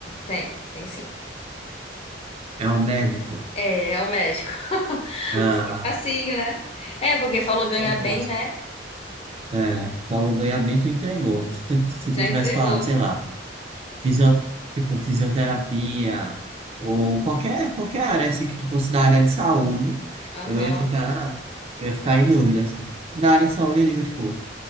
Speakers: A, on the left; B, on the right.
A: Tem, tem sim.
B: É um médico?
A: É, é o médico. <laughs>
B: Ah,
A: Facinho, né? É, porque falou ganha
B: mais
A: bem,
B: fácil.
A: né?
B: é, Paulo ganha bem, tu entregou. Se tu, se
A: Já
B: tu tivesse
A: entregou.
B: falado, sei lá, fisio, tipo, fisioterapia ou qualquer, qualquer área assim, que tipo, fosse da área de saúde,
A: Aham.
B: eu ia ficar, eu ia ficar em dúvida, assim. Na área de saúde, eu digo, tipo,